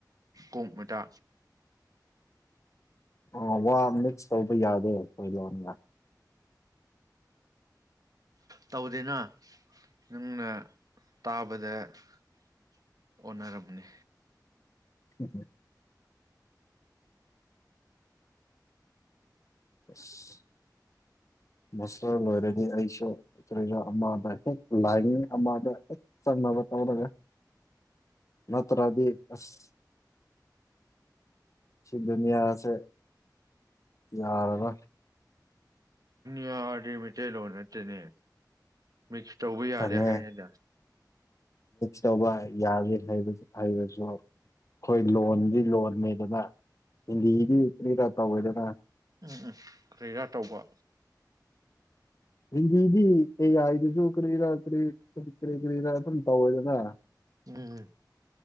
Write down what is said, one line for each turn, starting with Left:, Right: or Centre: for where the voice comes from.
Right: ꯀꯣꯛ ꯃꯇꯥ
Left: ꯑꯣ ꯋꯥ ꯃꯤꯛꯁ ꯇꯧꯕ ꯌꯥꯗꯦ ꯑꯩꯈꯣꯏ ꯂꯣꯟꯒ
Right: ꯇꯧꯗꯦꯅ ꯅꯪꯅ ꯇꯥꯕꯗ ꯑꯣꯅꯔꯝꯅꯤ
Left: <inaudible> <unintelligible> ꯃꯥꯁꯇꯔ ꯂꯣꯏꯔꯗꯤ ꯑꯩꯁꯨ ꯀꯔꯤꯅꯣ ꯑꯃꯗ ꯍꯦꯛ ꯂꯥꯏꯟ ꯑꯃꯗ ꯍꯦꯛ ꯆꯪꯅꯕ ꯇꯒꯩ ꯅꯠꯇ꯭ꯔꯗꯤ ꯑꯁ ꯁꯤ ꯗꯨꯅꯤꯌꯥꯁꯦ ꯌꯥꯔꯔꯣꯢ
Right: ꯌꯥꯗꯤ ꯃꯩꯇꯩꯂꯣꯟ ꯅꯠꯇꯦꯅꯦ ꯃꯤꯛꯁ ꯇꯧꯕ ꯌꯥꯗꯦ
Left: ꯈꯪꯉꯦ
Right: ꯍꯥꯏꯌꯦꯗ
Left: ꯇꯧꯕ ꯌꯥꯗꯦ ꯍꯥꯏꯔ ꯍꯥꯢꯔꯁꯨ ꯑꯩꯈꯣꯏ ꯂꯣꯟꯗꯤ ꯂꯣꯟꯅꯤꯗꯅ ꯍꯤꯟꯗꯤꯗꯤ <unintelligible>
Right: ꯎꯝ ꯎꯝ ꯀ꯭ꯔꯤꯔꯥ ꯇꯧꯕ
Left: ꯍꯤꯟꯗꯤꯗꯤ ꯑꯦ ꯑꯥꯏ ꯗꯁꯨ ꯀꯔꯤꯔꯥ ꯀꯔꯤ ꯀꯔꯤ ꯀꯔꯤꯔꯥ ꯑꯗꯨꯝ ꯇꯧꯋꯦꯗꯅ
Right: ꯎꯝꯝ